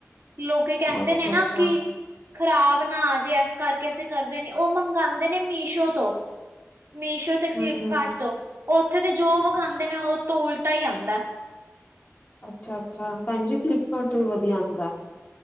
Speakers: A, on the right; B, on the left.
A: ਲੋਕੀ ਕਹਿੰਦੇ
B: ਅੱਛਾ-ਅੱਛਾ।
A: ਨੇ ਨਾ ਕਿ ਖ਼ਰਾਬ ਨਾ ਆ ਜੇ ਇਸ ਕਰਕੇ ਅਸੀਂ ਕਰਦੇ ਨੀ ਉਹ ਮੰਗਾਂਦੇ ਨੇ ਮੀਸ਼ੋ ਤੋਂ। ਮੀਸ਼ੋ ਤੇ ਫਲਿੱਪਕਾਰਟ
B: ਹੂੰ
A: ਤੋਂ ਉੱਥੇ ਤੇ ਜੋ ਵਖਾਂਦੇ ਨੇ ਉਹ ਤੋਂ ਉਲਟਾ ਹੀ ਆਉਂਦਾ।
B: ਅੱਛਾ-ਅੱਛਾ, ਭੈਣ ਜੀ ਫਲਿੱਪਕਾਰਟ ਤੋਂ ਵੀ ਵਧੀਆ ਆਂਦਾ ਏ।